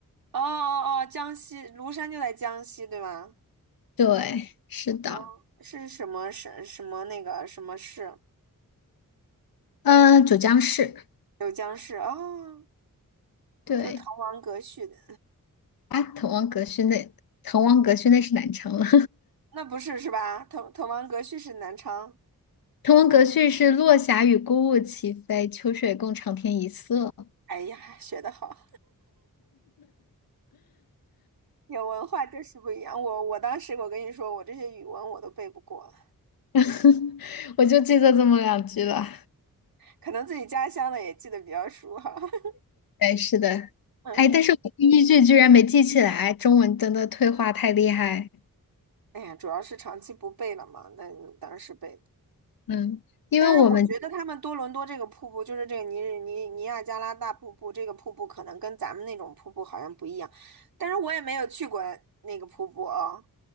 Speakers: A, on the right; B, on the left.
A: 哦哦哦，江西庐山就在江西，对吗？
B: 对，是的，
A: 哦，是什么什什么那个什么市？
B: 嗯，九江市，
A: 九江市哦，
B: 对，
A: 就是滕王阁序的，
B: 啊，滕王阁序那，滕王阁序那是南昌了，
A: 那不是是吧？滕滕王阁序是南昌。
B: <laughs> 滕王阁序是落霞与孤鹜齐飞，秋水共长天一色，
A: 哎呀，学得好，有文化就是不一样。我我当时我跟你说，我这些语文我都背不过了，
B: <laughs> 我就记得这么两句了，
A: 可能自己家乡的也记得比较熟哈。<laughs>
B: 对，是的，
A: 嗯，
B: 哎，但是我第一句居然没记起来，中文真的退化太厉害，
A: 哎呀，主要是长期不背了嘛，那当时背的。
B: 嗯，因为我们，
A: 但是我觉得他们多伦多这个瀑布，就是这个尼日尼尼亚加拉大瀑布，这个瀑布可能跟咱们那种瀑布好像不一样，但是我也没有去过那个瀑布啊、